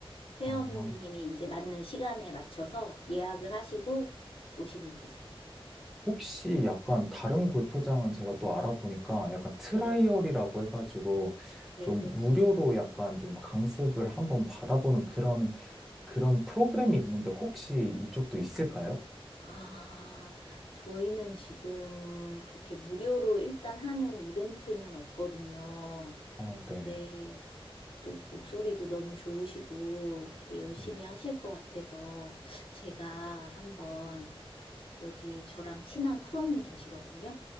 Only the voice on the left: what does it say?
회원님이
이제 맞는 시간에 맞춰서 예약을 하시고 오시면 되죠.
네.
네,
네.
아, 저희는 지금 그렇게 무료로 일단 하는 이벤트는 없거든요.
근데
또 목소리도 너무 좋으시고 되게 열심히
하실 것 같아서 제가 한번 여기 저랑 친한 프로님 계시거든요.